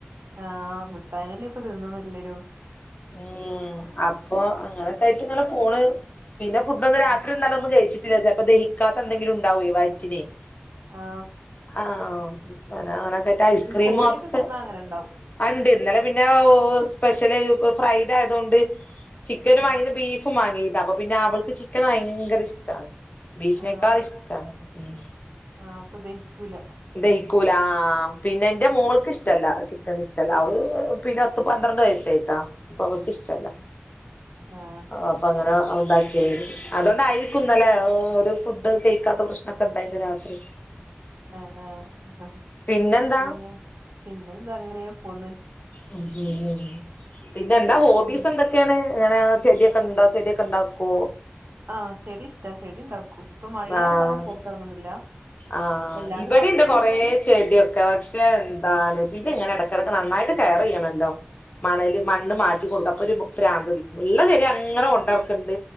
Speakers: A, on the right; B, on the left.
A: ആഹ് മിട്ടായിന്നെല്ലേപ്പോ തിന്നതെല്ലാരും
B: ഉം അപ്പോ ങ്ങള് ഇതായിട്ട്ങ്ങനെ പോണ്. പിന്ന ഫുഡ് ഒന്നും രാത്രിന്നല
A: ആ
B: ഒന്നും കഴിച്ചി ചെലത് അപ്പ ദഹിക്കാത്ത എന്തെങ്കിലും ഉണ്ടാവേയ് വയറ്റിലേയ്.
A: ആ.
B: ആഹ് ആഹ് പിന്നാ അങ്ങനെക്കായ്ട്ട് ഐസ്ക്രീമ്
A: ഈ കോഴിയൊക്കെ
B: ഒക്കെ
A: തിന്നാ അങ്ങനെ ഉണ്ടാവും
B: ആഹ് ഇണ്ട് ഇന്നലെ പിന്നെ ഓ സ്പെഷ്യല് ഫ്രൈഡായതോണ്ട് ചിക്കനും
A: ആ
B: വാങ്ങീട്ട് ബീഫും വാങ്ങീന്ന് അപ്പോ പിന്നെ അവൾക്ക് ചിക്കന് വയങ്കര ഇഷ്ടാണ്. ബീഫിനേക്കാളിഷ്ടാണ്.
A: ആ അത്
B: ഉം
A: ആഹ് അപ്പോ ദഹിക്കൂല.
B: ദഹിക്കൂല. ആഹ് ആഹ് പിന്നെ ന്റെ മോൾക്ക്
A: അങ്ങനെണ്ടാവും
B: ഇഷ്ടല്ല ചി ക്കത് ഇഷ്ടല്ല. അവള് ആഹ് പിന്ന പത്ത് പന്ത്രണ്ട് വയസ്സായിട്ടാ. ഇപ്പോ അവക്ക് ഇഷ്ടല്ല.
A: ആഹ്
B: അപ്പ അങ്ങനെ ഉണ്ടാക്കിയേത്. അതോണ്ടായിരിക്കുംന്നലെ ഒരു ഫുഡ് ഒക്കെ കയ്ക്കാത്ത പ്രശ്നോക്കെണ്ടായിന്ന് രാത്രി
A: ആഹ് ആഹ്
B: പിന്നെന്താ
A: പിന്നെ പിന്നെന്താ ഇങ്ങനേ പോന്ന്
B: ഉം ഉം ഉം പിന്നെന്താ? ഹോബിസെന്താ?
A: പിന്നെ
B: ക്കേണ് ഇങ്ങനെ ചെടിയൊക്കേണ്ടോ ചെടിയൊക്കേണ്ടാക്കോ?
A: ആഹ് ചെടി ഇഷ്ട ചെടിണ്ടാക്കും ഇപ്പോ മഴായോണ്ട്
B: ആഹ്
A: അങ്ങനെ പൊറത്തെറങ്ങുന്നില്ല
B: ആഹ് അഹ്
A: എല്ലാണ്ട്
B: ഇബടീണ്ട്
A: പച്ചക്കറിയൊക്കെ
B: കൊറേ ചെടിയൊക്കെ പക്ഷേ എന്താണ്
A: ഉം
B: പിന്നെങ്ങനെട ടൊക്കെ നന്നായിട്ട് കെയറിയ്യണല്ലോ. മണല്
A: ഉം
B: മണ്ണ്
A: ഉം
B: മാറ്റി കൊടുക്കാ അപ്പ ഒരു പ്രാന്തുടിക്കും ഇള്ള ചെടി അങ്ങനെ കൊണ്ടട്ക്ക്ണ്ട്